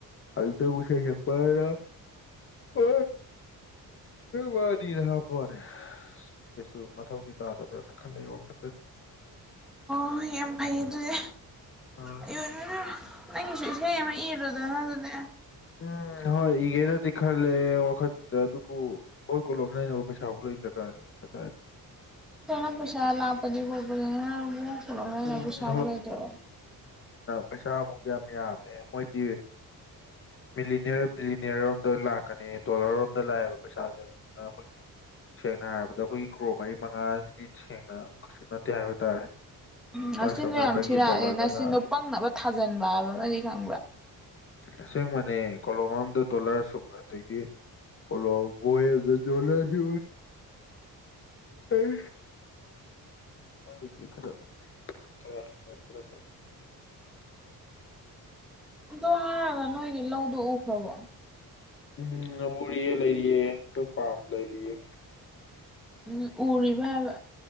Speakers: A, on the left (about 35°); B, in the centre.
A: ꯑꯩ ꯏꯗ ꯄꯁꯦꯁꯦꯦꯛꯄ ꯑ ꯑ ꯃꯥꯅꯤ ꯔ ꯋꯥꯅꯦ ꯁꯤꯒꯤ ꯀꯩꯁꯨ ꯃꯊꯧꯗꯤ ꯇꯥꯗꯕ꯭ꯔꯅ ꯈꯜꯂꯦ ꯋꯥꯈꯟꯗꯗꯤ
B: ꯍꯣꯏꯣꯏ ꯌꯥꯝ ꯐꯩ ꯑꯗꯨꯗꯤ
A: ꯑ
B: ꯑꯩꯣꯟꯁꯨ ꯅꯪꯒꯤꯁꯨ ꯏꯁꯩ ꯑꯃ ꯏꯔ ꯭ꯔꯙ ꯑꯗꯨꯅ
A: ꯎꯝ ꯍꯣꯏ ꯏꯒꯦꯅꯗꯤ ꯈꯜꯂꯦ ꯋꯥꯈꯟꯁꯤꯗ ꯑꯗꯨꯕꯨ ꯍꯣꯏ ꯀꯣꯂꯣꯝ ꯂꯩꯅꯕ ꯄꯩꯁꯥꯐꯥꯎ ꯂꯩꯇ꯭ꯔꯀꯥꯟꯅꯤꯗ ꯀꯗ
B: ꯅꯅ ꯄꯩꯁꯥ ꯂꯥꯛꯄꯗꯤ ꯈꯣꯠꯄꯅꯤꯕꯨ ꯀꯂꯣ
A: ꯎꯝ
B: ꯄꯩꯁꯥꯕꯨ ꯂꯩꯇꯕ
A: ꯄꯩꯁꯥ ꯑꯃꯨꯒ ꯑꯃ ꯌꯥ ꯑꯃꯃꯦ ꯃꯣꯏꯗꯤ ꯃꯤꯅꯤꯌꯔ ꯕꯤꯂꯤꯅꯤꯌꯔꯣꯝꯗ ꯂꯥꯛꯀꯅꯤ ꯗꯣꯂꯔꯔꯣꯝꯗ ꯂꯥꯛꯑꯦꯕ ꯄꯩꯁꯥꯁꯦ ꯑꯗꯨꯗꯨꯅ ꯑꯩꯈꯣꯏꯒꯤ ꯁꯦꯡꯅ ꯍꯥꯏꯔꯕꯗ ꯑꯩꯈꯣꯏꯒꯤ ꯀ꯭ꯔꯣ ꯃꯔꯤ ꯃꯉꯥꯁꯤꯗꯤ ꯁꯦꯡꯅ ꯀꯩꯁꯨ ꯅꯠꯇꯦ ꯍꯥꯏꯕ ꯇꯥꯔꯦ
B: ꯎ ꯅꯆꯤꯟꯗꯣ
A: ꯃꯣꯏ ꯑꯁꯣꯝ ꯅꯥꯀꯟꯒꯤ
B: ꯌꯥꯝ ꯊꯤꯔꯛꯑꯅꯤꯦ
A: ꯗꯣꯂꯔꯗ
B: ꯅꯆꯤꯟꯗꯣ
A: ꯂꯥꯛꯑꯗꯤ
B: ꯄꯪꯅꯕ ꯊꯥꯖꯤꯟꯕ ꯍꯥꯏꯕ ꯑꯃꯗꯤ ꯈꯪꯕ꯭ꯔꯥ
A: ꯇꯁꯦꯡꯕꯅꯦ ꯀꯣꯂꯣꯝ ꯑꯝꯗ ꯗꯣꯂꯔ ꯁꯨꯛ ꯑꯗꯒꯤ ꯀꯂꯣ ꯕꯣꯗ ꯆꯂꯁꯤ ꯑꯦ ꯑꯗꯨꯅ ꯇꯔꯔ ꯁ
B: ꯑꯗꯣ ꯍꯥꯏꯔꯒ ꯅꯣꯏꯒꯤ ꯂꯧꯗꯣ ꯎꯈ꯭ꯔꯕꯣ
A: ꯎꯝ ꯎꯔꯤꯌꯦ ꯂꯩꯔꯤꯌꯦ ꯑꯩꯣꯏ ꯄꯥꯝ ꯂꯩꯔꯤꯌꯦ
B: ꯎꯝ ꯎꯔꯤꯕꯔꯤꯕꯕ